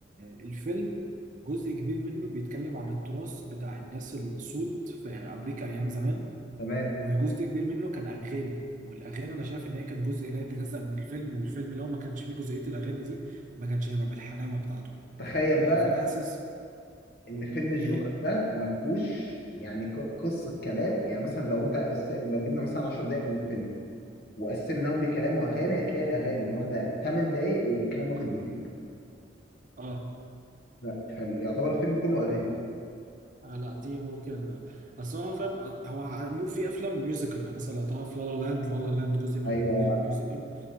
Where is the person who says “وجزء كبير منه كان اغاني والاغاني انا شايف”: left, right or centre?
Right